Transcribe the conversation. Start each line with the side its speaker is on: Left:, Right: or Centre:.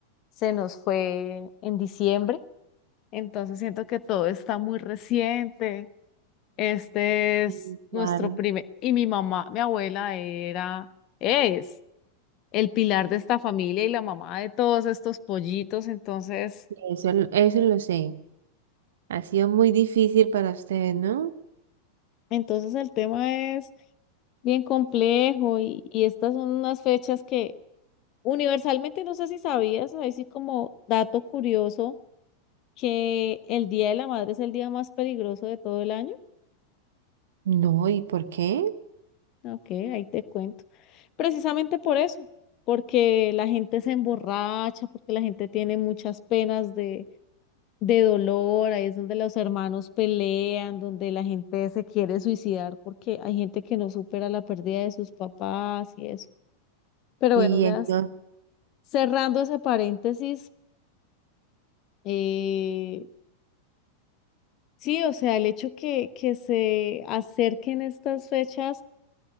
Left: se nos fue en diciembre. Entonces siento que todo está muy reciente. Este es
Right: Mm,
Left: nuestro
Right: Claro,
Left: primer, y mi mamá, mi abuela era, es el pilar de esta familia y la mamá de todos estos pollitos. Entonces,
Right: eso, lo- eso lo sé. Ha sido muy difícil para ustedes, ¿no?
Left: entonces el tema es bien complejo y, y estas son unas fechas que universalmente no sé si sabías, ahí sí como dato curioso, que el Día de la Madre es el día más peligroso de todo el año.
Right: No, ¿y por qué?
Left: Ok, ahí te cuento. Precisamente por eso, porque la gente se emborracha, porque la gente tiene muchas penas de, de dolor, ahí es donde los hermanos pelean, donde la gente se quiere suicidar, porque hay gente que no supera la pérdida de sus papás y eso. Pero
Right: Y
Left: bueno, ya
Right: eso.
Left: s- cerrando ese paréntesis, eh, sí, o sea, el hecho que, que se acerquen estas fechas.